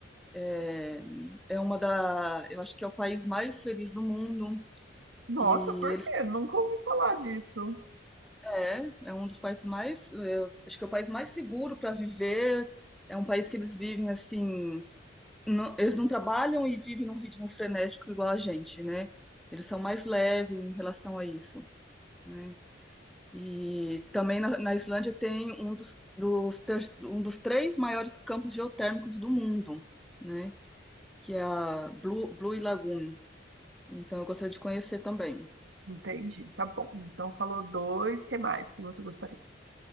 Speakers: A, in the centre; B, on the right.
A: é, é uma da, eu acho que é o país mais feliz do mundo.
B: Nossa,
A: E
B: por
A: eles
B: quê? Nunca ouvi falar disso.
A: é, é um dos países mais, é, acho que é o país mais seguro para viver. É um país que eles vivem assim não- eles não trabalham e vivem num ritmo frenético igual a gente, né? Eles são mais leves em relação a isso, né? E também na, na Islândia tem um dos, dos ter- um dos três maiores campos geotérmicos do mundo, né? Que é a Blue, Blue Lagoon. Então eu gostaria de conhecer também.
B: Entendi. Tá bom. Então falou dois. Que mais que você gostaria?